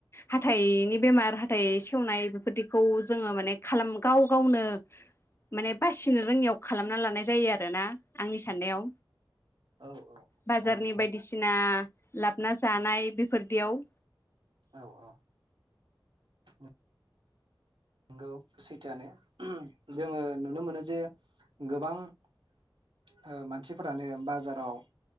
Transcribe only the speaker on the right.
औ औ
औ।
औ औ। अ नंगौ सैथोआानो जोङो नुनो मोनो जे गोबां ओ मानसिफोरानो बाजाराव